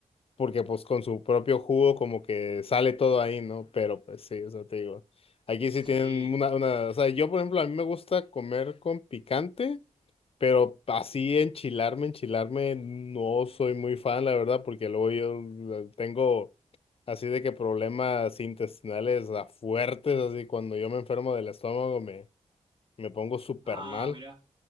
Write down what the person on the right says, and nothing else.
sí.
Ah,
mirá.